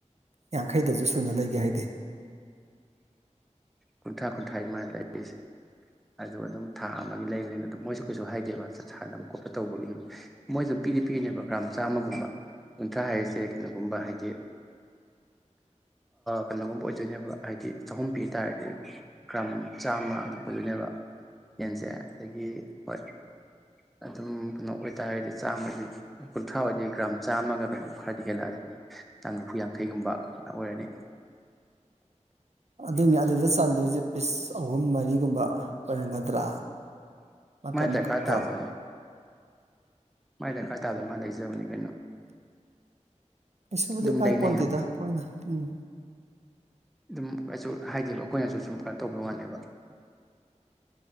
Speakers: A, on the right (about 60°); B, in the centre.
A: ꯌꯥꯡꯈꯩꯗꯁꯨ ꯁꯨꯅ ꯂꯩꯒꯦ ꯍꯥꯏꯗꯤ
B: ꯀꯨꯟꯊ꯭ꯔꯥ ꯀꯨꯟꯊ꯭ꯔꯥ ꯑꯗꯨꯃꯥꯏꯅ ꯂꯩꯔꯤꯁꯦ ꯑꯗꯨꯒ ꯑꯗꯨꯝ ꯊꯥ ꯑꯃꯒꯤ ꯂꯩꯕꯅꯤꯅ ꯑꯗꯨꯝ ꯃꯣꯏꯁꯨ ꯀꯩꯁꯨ ꯍꯥꯏꯗꯦꯕ ꯁꯥꯟꯅꯕ ꯈꯣꯠꯄ ꯇꯧꯕꯒꯤꯅ ꯃꯣꯏꯁꯨ ꯄꯤꯗꯤ ꯄꯤꯔꯤꯅꯦꯕ ꯒ꯭ꯔꯥꯝ ꯆꯥꯝꯃꯒꯨꯝꯕ ꯀꯨꯟꯊ꯭ꯔꯥ ꯍꯥꯏꯔꯤꯁꯦ ꯀꯩꯅꯣꯒꯨꯝꯕ ꯍꯥꯏꯗꯤ ꯀꯩꯅꯣꯒꯨꯝꯕ ꯑꯣꯏꯗꯣꯏꯅꯦꯕ ꯍꯥꯏꯗꯤ ꯆꯍꯨꯝ ꯄꯤ ꯑꯣꯏꯇꯥꯔꯗꯤ ꯒ꯭ꯔꯥꯝ ꯆꯥꯝꯃ ꯑꯗꯨꯝ ꯑꯣꯏꯗꯣꯏꯅꯦꯕ ꯌꯦꯟꯁꯦ ꯑꯗꯒꯤ ꯍꯣꯏ ꯑꯗꯨꯝ ꯀꯩꯅꯣ ꯑꯣꯏꯇꯥꯔꯒꯗꯤ ꯆꯥꯝꯃ ꯍꯥꯏꯗꯤ ꯀꯨꯟꯊ꯭ꯔꯥ ꯍꯣꯏꯗꯤ ꯒ꯭ꯔꯥꯝ ꯆꯥꯝꯃꯒ ꯀꯩꯅꯣꯝ ꯈꯔꯗꯤ ꯍꯦꯜꯂꯛꯑꯅꯤ ꯆ ꯅꯤꯐꯨ ꯌꯥꯡꯈꯩꯒꯨꯝꯕ ꯑꯣꯏꯔꯅꯤ
A: ꯑꯗꯨꯏꯅꯦ ꯑꯗꯨꯗ ꯆꯥꯟꯗꯣꯏꯁꯦ ꯄꯤꯁ ꯑꯍꯨꯝ ꯃꯔꯤꯒꯨꯝꯕ ꯑꯣꯏꯔꯝꯒꯗ꯭ꯔꯥ ꯃꯀꯛ
B: ꯃꯥꯏ ꯗꯥꯔꯀꯔ
A: ꯃꯀꯛꯇꯣ
B: ꯇꯕꯗꯣ ꯃꯥꯏ ꯗꯔꯀꯥꯔ ꯇꯥꯕꯗꯣ ꯃꯥ ꯂꯩꯖꯕꯅꯤ ꯀꯩꯅꯣ
A: ꯑꯩꯁꯨꯕꯨꯗꯤ
B: ꯑꯗꯨꯝ
A: ꯀꯥꯏ
B: ꯂꯩꯅꯩ
A: ꯄꯣꯟꯗꯦꯗ
B: ꯍꯥꯏꯕꯅꯤ
A: ꯑꯩꯈꯣꯏꯅ ꯎꯝ
B: ꯑꯗꯨꯝ ꯀꯁꯨ ꯍꯥꯏꯗꯦꯕ ꯑꯩꯈꯣꯏꯅꯁꯨ ꯁꯨꯝ ꯀꯩꯅꯣ ꯇꯧꯕ ꯋꯥꯅꯦꯕ